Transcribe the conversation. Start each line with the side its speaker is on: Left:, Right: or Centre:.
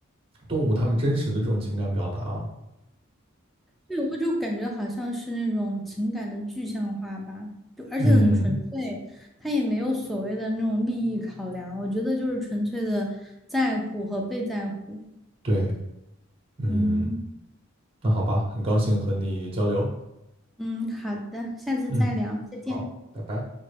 Right: 动物它们真实的这种情感表达啊。
Centre: 对，我就感觉好像是那种情感的具象化吧，就而且很纯粹，
Right: 嗯，
Centre: 他也没有所谓的那种利益考量，我觉得就是纯粹的在乎和被在乎。
Right: 对，嗯，
Centre: 嗯
Right: 那好吧，很高兴和你交流。
Centre: 嗯，好的，下次再聊，
Right: 嗯，
Centre: 再见。
Right: 好，拜拜。